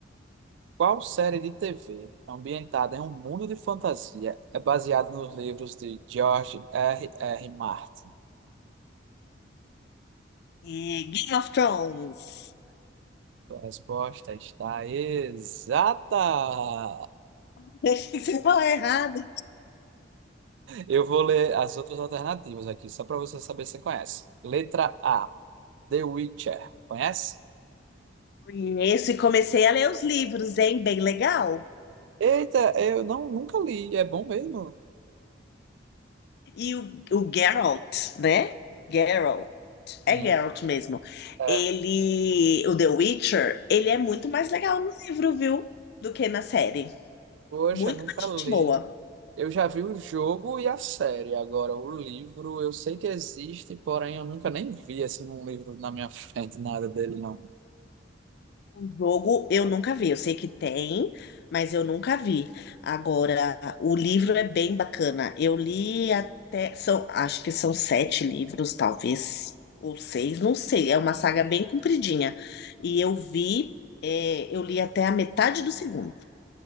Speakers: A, on the right; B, on the left.
A: Qual série de TV ambientada em um mundo de fantasia é baseada nos livros de George R. R. Martin?
B: É, Game of Thrones.
A: A resposta está exata.
B: <laughs> você falar errado.
A: Eu vou ler as outras alternativas aqui, só para você saber se você conhece. Letra A, The Witcher. Conhece?
B: Conheço e comecei a ler os livros, hein? Bem legal.
A: Eita, eu não, nunca li. É bom mesmo?
B: E o, o Geralt, né? Geralt.
A: Sim.
B: É Geralt mesmo.
A: É.
B: Ele, o The Witcher, ele é muito mais legal no livro, viu? Do que na série.
A: Poxa,
B: Muito
A: nunca
B: mais gente
A: li.
B: boa.
A: Eu já vi o jogo e a série. Agora, o livro eu sei que existe, porém eu nunca nem vi assim um livro na minha frente, nada dele, não.
B: O jogo eu nunca vi, eu sei que tem, mas eu nunca vi. Agora, o livro é bem bacana. Eu li até, são, acho que são sete livros, talvez, ou seis, não sei. É uma saga bem compridinha. E eu vi, é, eu li até a metade do segundo.